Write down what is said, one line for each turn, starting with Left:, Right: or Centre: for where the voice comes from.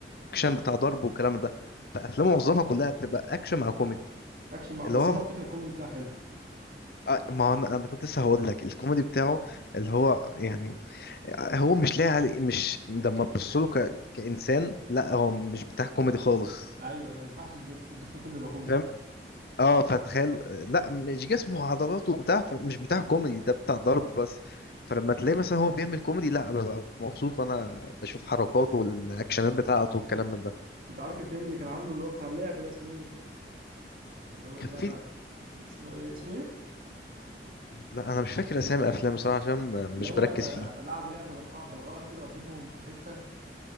Left: اكشن بتاع ضرب والكلام ده فافلامه معظمها كلها بتبقى اكشن مع كوميدي
Right: اكشن مع...
Left: اللي
Right: بس
Left: هو
Right: هو الفكره الكوميدي بتاعه حلو
Left: آه، ما هو انا انا كنت لسه هقول لك الكوميدي بتاعه اللي هو يعني هو مش لاقي علي مش لما تبص له ك... كإنسان لا هو مش بتاع كوميدي خالص
Right: ايوه ما ينفعش الجس- الجسم كله يبقى كوميدي
Left: فاهم اه فتخيل لا مش جسمه وعضلاته وبتاع فمش بتاع كوميدي ده بتاع ضرب بس فلما تلاقي مثلا هو بيعمل كوميدي لا ببقى مبسوط وانا بشوف حركاته والاكشنات بتاعته والكلام من ده
Right: انت عارف الفيلم اللي كان عامله اللي هو بتاع اللعبه ده اسمه ايه اللي هو
Left: كان
Right: اللعبه
Left: في
Right: اسمه اسمه ايه
Left: لا انا مش فاكر اسامي افلام بصراحه عشان م-
Right: اللي
Left: مش
Right: هو
Left: بركز
Right: آه،
Left: فيه
Right: لعبوا لعبه بالخ... بالغلط كده وديتهم في حته